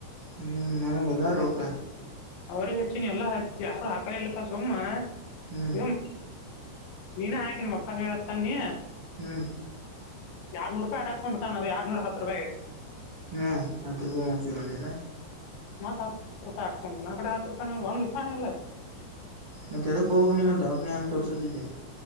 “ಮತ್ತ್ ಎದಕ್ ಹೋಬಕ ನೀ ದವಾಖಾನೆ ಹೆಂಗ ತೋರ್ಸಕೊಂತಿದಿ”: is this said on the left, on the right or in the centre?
Right